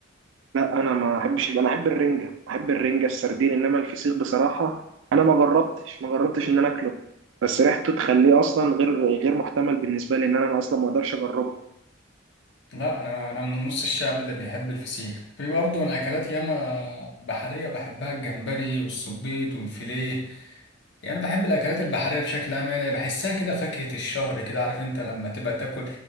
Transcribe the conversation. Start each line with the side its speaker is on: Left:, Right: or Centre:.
Right: لا انا ما احبش انا احب الرنجه احب الرنجه السردين انما الفسيخ بصراحه انا ما جربتش ما جربتش ان انا اكله بس ريحته تخليه اصلا غير غير محتمل بالنسبه لي ان انا اصلا ما اقدرش اجربه
Left: لا انا انا من نص الشعب اللي بيحب الفسيخ في برضه من اكلات ياما بحريه بحبها الجمبري والصبيط والفيليه يعني بحب الاكلات البحريه بشكل عام يعني بحسها كده فاكهه الشهر كده عارف انت لما تبقى تاكل